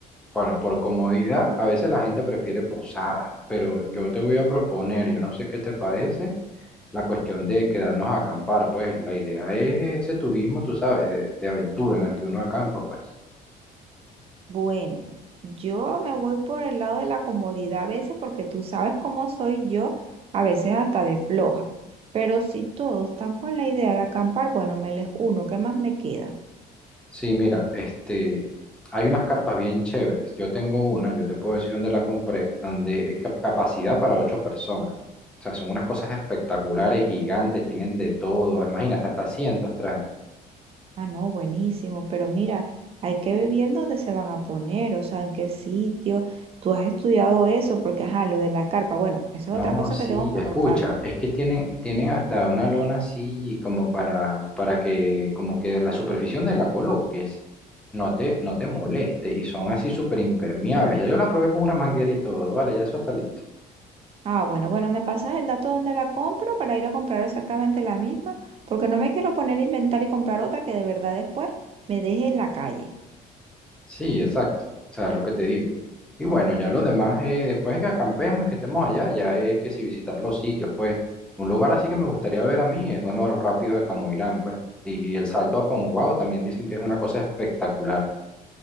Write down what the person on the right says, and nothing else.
Bueno, yo me voy por el lado de la comodidad a veces porque tú sabes cómo soy yo, a veces hasta de floja. Pero si todos están con la idea de acampar, bueno, me les uno, ¿qué más me queda?
Ah, no, buenísimo, pero mira, hay que ver bien dónde se van a poner, o sea, en qué sitio. Tú has estudiado eso porque, ajá, lo de la carpa, bueno, eso
es otra cosa
que tengo que
anotar.
Ah, bueno, bueno, me pasas el dato donde la compro para ir a comprar exactamente la misma, porque no me quiero poner a inventar y comprar otra que de verdad después me deje en la calle.